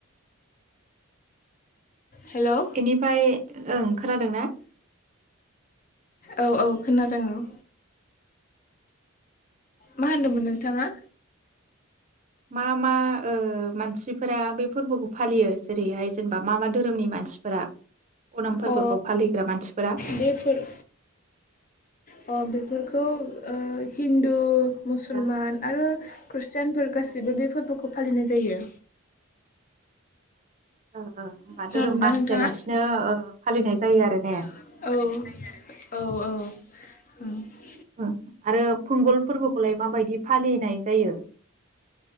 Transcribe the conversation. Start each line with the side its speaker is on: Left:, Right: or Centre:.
Left: हेलौ
Right: बेनिफ्राय ओं खोनादों ना?
Left: औ औ खोनादों औ। मा होनदोंमोन नोंथाङा?
Right: मा मा ओ मानसिफोरा बे फोरबोखौ फालियो जेरैहाय जेनेबा मा मा धोरोमनि मानसिफोरा? अनाम फोरबोखौ
Left: अ
Right: फालिग्रा मानसिफोरा
Left: बे फोर अ बेफोरखौ ओ हिन्दु मुसलमान
Right: हो
Left: आरो खृष्टियानफोर गासिबो
Right: औ ओ
Left: बे फोरबो खौ फालिनाय जायो
Right: अ। होमबा
Left: खोनादोंना
Right: धोरोम बासियालासिनो
Left: नोंथाङा?
Right: ओ। फालिनाय जायो आरो ने
Left: औ
Right: ओं
Left: औ औ। औ।
Right: ओं आरो फुंगल फोरबोखौलाय माबायदि फालिनाय जायो।